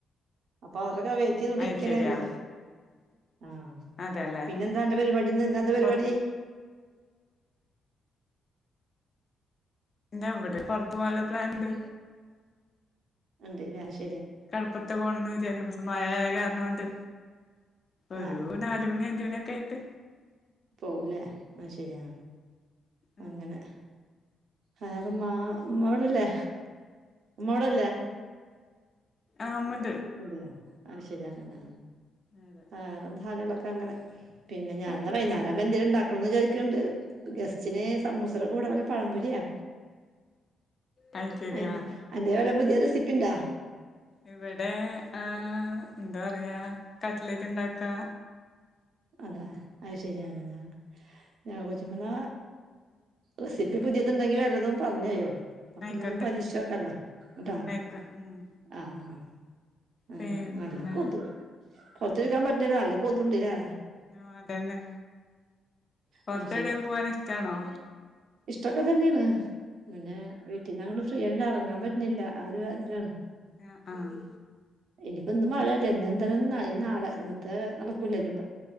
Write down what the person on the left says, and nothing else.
അത് ശരിയാ
അതെല്ലേ
പൊറ ന്താ എവിടെ പുറത്ത് പോവാൻള്ള പ്ലാൻണ്ട്.
കടപൊര്ത്ത് പോണംന്ന് വിചാരിച്ച് പക്ഷെ മഴആയകാരണോണ്ട്. ഒരു
നാലുമണി അഞ്ചു മണി ഒക്കായിട്ട്.
ഉം
ആ മൻ
അതെ
കൊഴപ്പല്ല
അത് ശരിയാ
ഇവിടെ ആ ന്താ പറയാ കട്ടിലേറ്റ് ണ്ടാക്കാ.
ആയിക്കോട്ടെ
ആയിക്കോ ഉം
പിന്നെ
ആ അതന്നെ പൊറത്തെടയും
പോഗാൻ ഇഷ്ട്ടാണോ?
ആഹ് ആഹ്